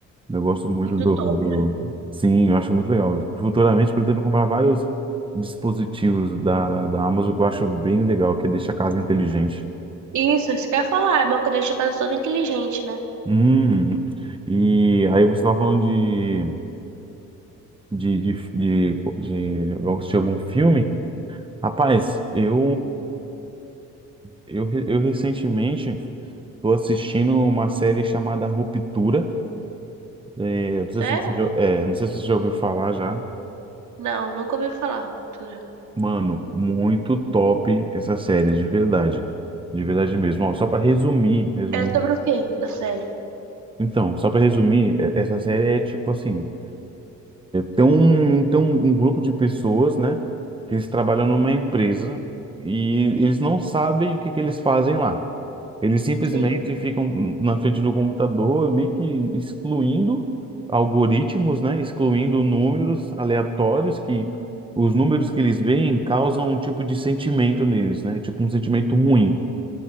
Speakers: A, on the right; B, on the right.
A: eu gosto muito
B: muito
A: do,
B: top,
A: do-
B: né?
A: sim, eu acho muito legal, futuramente pretendo comprar vários dispositivos da, da, da Amazon que eu acho bem legal, que deixa a casa inteligente.
B: Isso, isso que eu ia falar, é bom que deixa a casa toda inteligente, né?
A: Hum, e aí você estava falando de, de, de, de, de, de assistir algum filme? Rapaz, eu, eu, re- eu recentemente tô assistindo uma série chamada Ruptura. É, não sei
B: Certo?
A: se você já, é, não sei se você já ouviu falar já.
B: Não, nunca ouvi falar, ruptura.
A: Mano, muito top essa série, de verdade. De verdade mesmo. Ó, só para resumir, resumir.
B: É sobre o quê da série?
A: Então, só para resumir, é- essa série é tipo assim. Tem um, tem um, um grupo de pessoas, né, que eles trabalham numa empresa e eles não sabem o que que eles fazem lá. Eles simplesmente
B: Sim,
A: ficam na frente do computador, meio que excluindo algoritmos, né, excluindo números aleatórios que os números que eles veem causam um tipo de sentimento neles, né, tipo um sentimento ruim.